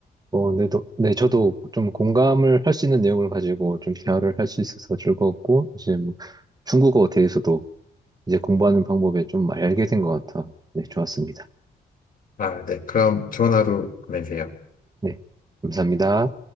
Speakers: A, on the right; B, on the left.
A: 어, 네, 도, 네, 저도 좀 공감을 할 수 있는 내용을 가지고 좀 대화를 할 수 있어서 즐거웠고, 이제 뭐 중국어 대해서도 이제 공부하는 방법에 좀 알게 된 것 같아. 네, 좋았습니다.
B: 아, 네. 그럼 좋은 하루 보내세요.
A: 네, 감사합니다.